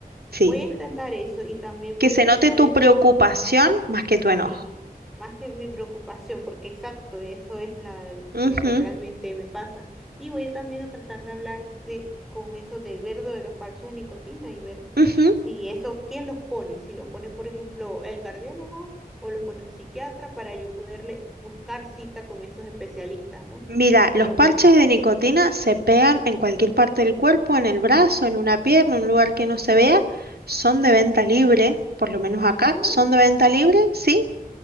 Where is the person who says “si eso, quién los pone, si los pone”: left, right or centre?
Centre